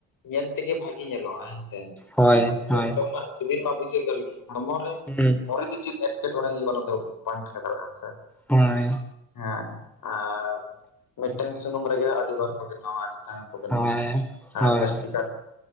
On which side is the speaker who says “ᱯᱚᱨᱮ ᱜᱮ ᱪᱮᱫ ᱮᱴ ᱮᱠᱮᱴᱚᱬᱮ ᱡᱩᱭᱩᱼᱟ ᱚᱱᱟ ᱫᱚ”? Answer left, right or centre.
Left